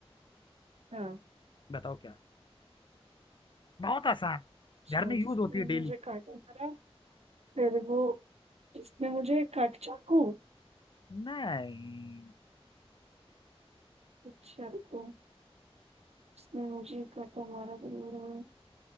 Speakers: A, on the right (about 85°); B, on the left (about 50°).
A: हाँ
B: बताओ क्या बहुत आसान है
A: अच्छा
B: घर में
A: जिसने
B: यूज होती है
A: मुझे
B: डेली
A: काटा मारा फिर वो इसने मुझे काट चाकू
B: नहीं
A: अच्छा रुको इसने मुझे काटा मारा फिर वो रोया।